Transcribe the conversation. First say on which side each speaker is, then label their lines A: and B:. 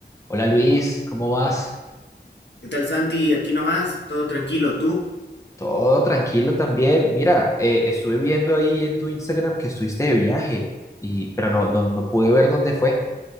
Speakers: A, on the left (about 15°); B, on the left (about 75°).
A: Hola Luis, ¿cómo vas?
B: ¿Qué tal, Santi? Aquí nomás, todo tranquilo, ¿tú?
A: Todo tranquilo también. Mira, eh, estuve viendo ahí en tu Instagram que estuviste de viaje, y, pero no,
B: Pu-
A: no, no pude ver dónde fue.